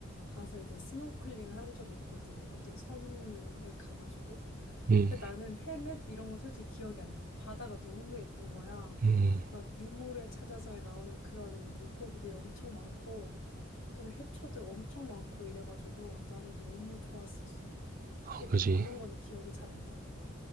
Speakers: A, on the left; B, on the right.
A: 가서 이제 스노클링을 한 적이 있거든. 어떤 섬에 가가지고.
B: 음,
A: 근데 나는 헬멧 이런 건 솔직히 기억이 안 나. 바다가 너무 예쁜 거야.
B: 음,
A: 막 니모를 찾아서에 나오는 그런 물고기들 엄청 많고, 그다음에 해초들 엄청 많고 이래가지고 나는 너무 좋았었어.
B: 아,
A: 혹시 그,
B: 그지.
A: 그런 거는 기억이 잘 안 나?